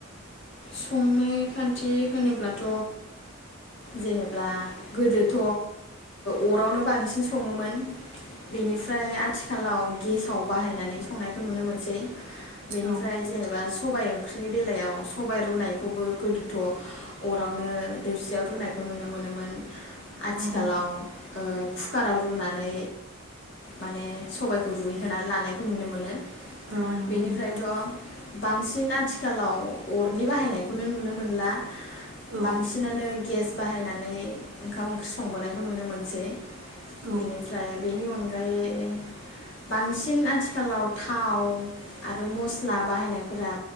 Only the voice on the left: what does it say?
संनाय खान्थि होनोब्लाथ जेनेब्ला गोदोथ अरावनो बांसिन सङोमोन बेनिफ्राय आथि <unintelligible> गेसाव बाहायनानै संनायखौ नुनो मोनसै बेनिफ्राय
जेनेबा स सबाइ ओंख्रिनि बेलायाव स सबायाइ रुनायखौबो गोदोथ अरावनो दोबसियाव रुनायखौ नुनो मोनोमोन
आथिखालाव ओ कुकाराव रुनानै माने सबायखौ रुइहोनानै लानायखौ नुनो मोनो
बेनिफ्रायथ'
बांसिन आथिखालाव अरनि बाहायनायखौनो नुनो मोनला
बांसिनानो गेस बाहायनाय नै ओंखाम ओंख्रि संबोनायखौ नुनो मोनसै
बेनिफ्राय बेनि अनगायै बांसिन आथिखालाव थाव आरो मस्ला बाहायनायफोरा